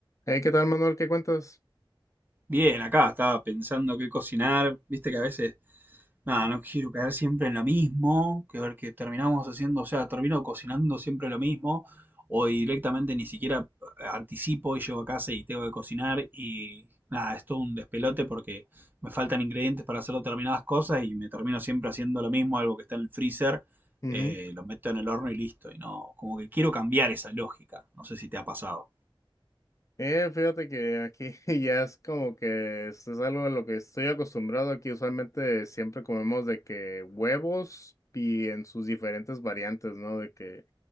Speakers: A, on the left; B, on the right.
A: Hey, ¿qué tal, Manuel? ¿Qué cuentas?
B: Bien, acá estaba pensando qué cocinar. Viste que a veces, nada, no quiero caer siempre en lo mismo, que ver que terminamos haciendo, o sea, termino cocinando siempre lo mismo, o directamente ni siquiera eh, anticipo y llego a casa y tengo que cocinar y nada, es todo un despelote porque me faltan ingredientes para hacer determinadas cosas y me termino siempre haciendo lo mismo, algo que está en el freezer,
A: Ujú.
B: eh, lo meto en el horno y listo. Y no, como que quiero cambiar esa lógica. No sé si te ha pasado.
A: Eh, fíjate que aquí <laughs> ya es como que esto es algo a lo que estoy acostumbrado. Aquí usualmente siempre comemos de que huevos y en sus diferentes variantes, ¿no? De que